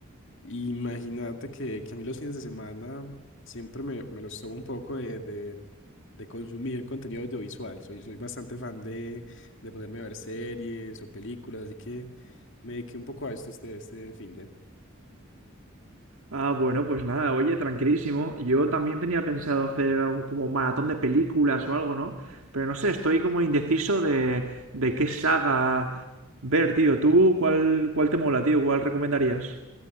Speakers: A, on the left; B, on the right.
A: Imagínate que, que a mí los fines de semana siempre me, me los tomo un poco de, de, de consumir contenido audiovisual. Soy, soy bastante fan de, de ponerme a ver series o películas, así que me dediqué un poco a esto este, este fin de.
B: Ah, bueno, pues nada, oye, tranquilísimo. Yo también tenía pensado hacer
A: Sí.
B: algo como maratón de películas o algo, ¿no? Pero no sé, estoy como indeciso de, de qué saga ver, tío. ¿Tú cuál, cuál te mola, tío? ¿Cuál recomendarías?